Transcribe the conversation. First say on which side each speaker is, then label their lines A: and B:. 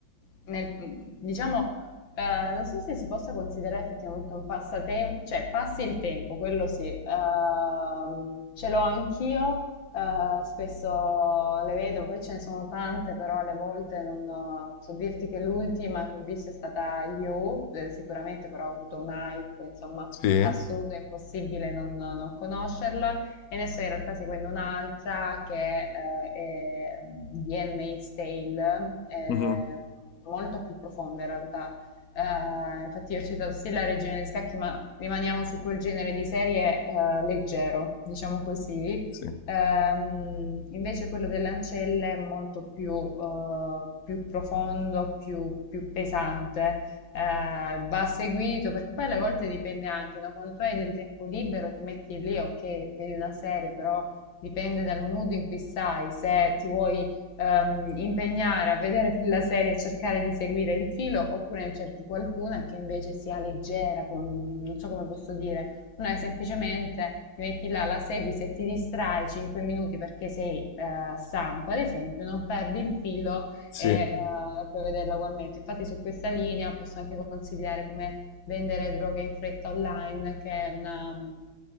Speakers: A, on the left (about 80°); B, on the left (about 65°).
A: mh, nel... mh, Diciamo, eh, non so se si possa considerare effettivamente un passatempo, cioè passi il tempo, quello sì, Ehm, ce l'ho anch'io, eh, spesso le vedo, poi ce ne sono tante, però alle volte non, non so dirti che l'ultima che ho visto è stata You, eh, sicuramente però ho avuto un hype, insomma
B: Sì?
A: assurdo, è impossibile non, non conoscerla. E ne sto in realtà seguendo un'altra che eh, è The Handmaid's Tale, eh,
B: Mhm.
A: molto più profonda in realtà. Eh, infatti io ho citato sì la Regina degli Scacchi, ma rimaniamo su quel genere di serie eh, leggero, diciamo così.
B: Sì.
A: Ehm, invece quello delle ancelle è molto più, eh, più profondo, più, più pesante eh, va seguito, perché poi alle volte dipende anche, no? Quando tu hai del tempo libero ti metti lì, ok, vedi una serie, però dipende dal mood in cui stai, se ti vuoi ehm, impegnare a vedere quella serie e cercare di seguire il filo, oppure ne cerchi qualcuna che invece sia leggera, con- non so come posso dire, una è semplicemente ti metti là, la segui, se ti distrai 5 minuti perché sei eh, stanco, ad esempio, non perdi il filo
B: Sì.
A: e eh, puoi vederla ugualmente. Infatti su questa linea posso anche consigliare come vendere droghe in fretta online, che è una, mm,